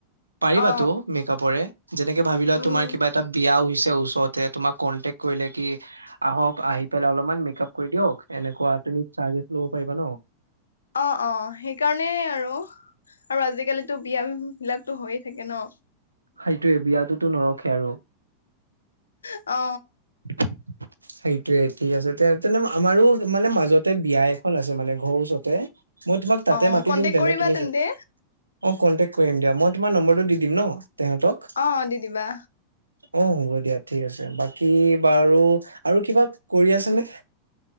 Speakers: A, on the right (about 80°); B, on the left (about 70°).
A: পাৰিবাতো
B: অ
A: মেকআপৰে যেনেকে ভাবি লোৱা
B: উম
A: তোমাৰ কিবা এটা বিয়াছে ওচৰতে তোমাক কনটেক্ট কৰিলে কি আহক আহি পেলাই অলপমান মেক আপ কৰি দিয়ক এনেকুৱা তুমি চাৰ্জেছ লব পাৰিবা ন
B: অ অ সেইকাৰণেই আৰু আৰু আজিকালিতো বিয়া বিলাকতো হৈয়ে থাকে ন
A: সেইটোয়ে বিয়াতোতো নৰখে আৰু
B: অ
A: <unintelligible> সেইটোয়ে ঠিক আছে তে আমাৰো মানে মাজতে বিয়া এখন আছে মানে ঘৰৰ ওচতে মই তোমাক তাতে
B: অ
A: মাতি
B: কন্টেক
A: দিম তেনে
B: কৰিবা
A: তুমি
B: তেন্তে
A: চ অ কণ্টেক্ট কৰিম দিয়া মই তোমাৰ নম্বৰটো দি দিম ন তেহঁতক
B: অ দিদিবা
A: অ হ'ব দিয়া ঠিক আছে বাকী বাৰু আৰু কিবা কৰি আছে নে